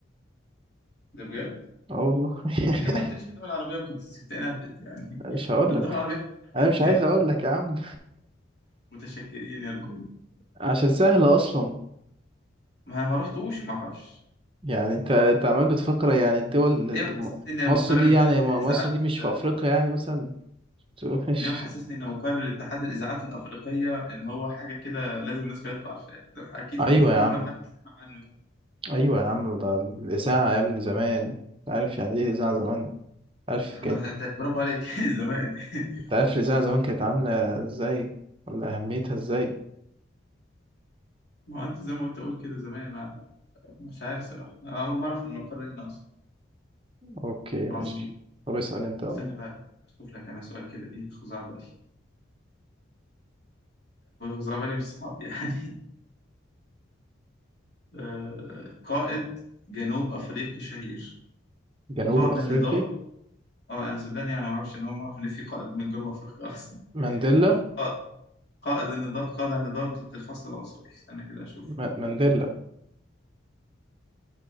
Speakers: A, on the left (about 55°); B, on the right (about 25°).
A: ده بجد؟
B: اه والله <laughs>
A: طب ليه ما قلتليش في الدول العربية وكنت سبتنا في- يعني
B: مش هقول
A: ما الدول
B: لك
A: العربية في أفريقيا
B: انا
A: كتير
B: مش عايز اقول لك يا عم
A: متشكلين يا رجولة
B: عشان سهلة اصلا
A: ما ما رحتوش ما اعرفش
B: يعني انت انت عمال بتفكر يعني الدول
A: ليه محسسني
B: م-
A: ان
B: مصر
A: مقر
B: دي
A: الاتحاد
B: يعني م-
A: الاذاعات
B: مصر دي مش
A: ال-
B: في افريقيا يعني مثلا <laughs> مش-
A: ليه محسسني ان مقر الاتحاد الاذاعات الافريقيه ان هو حاجه كده لازم الناس كلها تبقى عارفاها ده اكيد
B: ايوه
A: حته
B: يا
A: مبنى
B: عم
A: محدش سمع عنه يعني
B: ايوه يا عم ده الاذاعة يا ابني زمان أنت عارف يعني ايه الاذاعة زمان عارف
A: ما
B: كانت
A: انت برافو عليك <laughs> زمان <laughs>
B: انت عارف الإذاعة زمان كانت عاملة ازاي ولا أهميتها ازاي
A: ما هو انت زي ما انت قلت كده زمان ما مش عارف صراحه أنا اول مره اعرف ان المقر هنا اصلا
B: اوكي ماشي
A: عظيم
B: طب اسأل انت يلا
A: استنى بقى اشوف لك انا سؤال كده ايه خزعبلي خزعبلي مش صعب يعني آه، قائد جنوب أفريقي شهير
B: جنوب
A: قاد
B: أفريقي
A: النضال اه أنا صدقني يعني ما أعرفش أنا أول ما أعرف إن في قائد من جنوب أفريقيا أصلا
B: مانديلا
A: قائد قائد النضال قاد النضال ضد الفصل العنصري استنى كده أشوف
B: ما... مانديلا